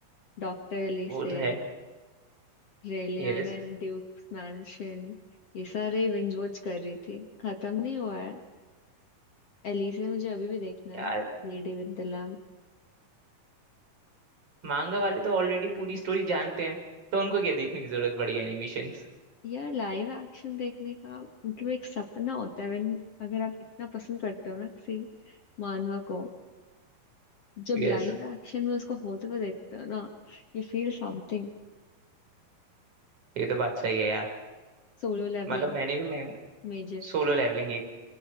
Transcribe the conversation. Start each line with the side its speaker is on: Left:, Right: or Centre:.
Left: doctor Elise
Right: वो तो है
Left: Reliana
Right: यस
Left: and duke's mansion ये सारे बिंज वॉच कर रही थी खत्म नहीं हुआ है एलिसा मुझे अभी भी देखना
Right: यार
Left: है Lady with the lamp
Right: मांगा वाले तो ऑलरेडी पूरी स्टोरी जानते हैं तो उनको क्या देखने की जरूरत पड़ी एनिमेशंस
Left: यार लाइव एक्शन देखने का मतलब एक सपना होता है when- अगर आप इतना पसंद करते हो ना किसी मानवा को जब
Right: यस
Left: लाइव एक्शन में उसको होते हुए देखते हो ना you feel something
Right: ये तो बात सही है यार
Left: Solo leveling
Right: मतलब मैंने भी मैं
Left: major
Right: solo levelling